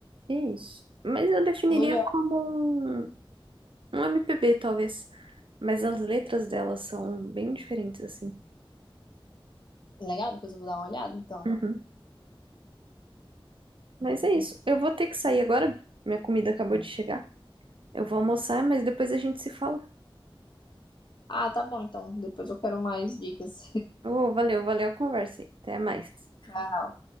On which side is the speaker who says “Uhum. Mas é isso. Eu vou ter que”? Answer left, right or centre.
Right